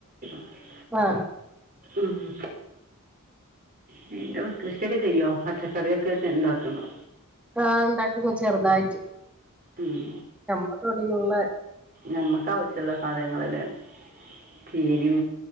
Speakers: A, on the right; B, in the centre.
A: <unintelligible>
B: ആഹ്
A: മ്മ് പിന്നെ കൃഷിയൊക്കെ ചെയ്യോ പച്ചക്കറിയൊക്കെ കൃഷി ഉണ്ടാക്ക്ണ്ടോ
B: ആ ഉണ്ടാക്കുന്നു ചെറുതായിട്ട്
A: ഉം
B: ക്ക് വേണ്ടീട്ട്ള്ളെ
A: ഞമ്മക്കാവ ശ്യള്ള സാധനങ്ങള് ലേ <unintelligible> ഉ